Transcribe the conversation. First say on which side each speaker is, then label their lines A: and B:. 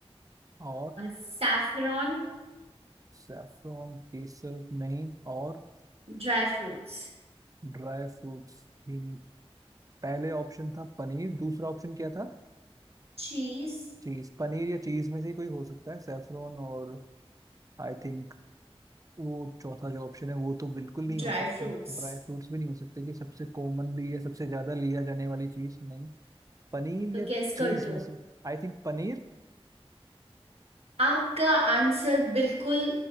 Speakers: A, on the right (about 35°); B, on the right (about 75°).
A: और
B: Saffron
A: सैफरॉन केसर नहीं और
B: Dry fruits
A: ड्राई फ्रूट्स भी नहीं पहले ऑप्शन था पनीर दूसरा ऑप्शन क्या था
B: Cheese
A: चीज पनीर या चीज में से ही कोई हो सकता है सैफरॉन और आई थिंक वो चौथा जो ऑप्शन है वो तो बिल्कुल नहीं हो
B: Dry
A: सकते
B: fruits
A: ड्राई फ्रूट्स भी नहीं हो सकते कि सबसे कॉमनली या सबसे ज्यादा लिया जाने वाली चीज नहीं पनीर
B: तो
A: या
B: गेस
A: चीज
B: कर दो
A: में से आई थिंक पनीर
B: आपका आंसर बिल्कुल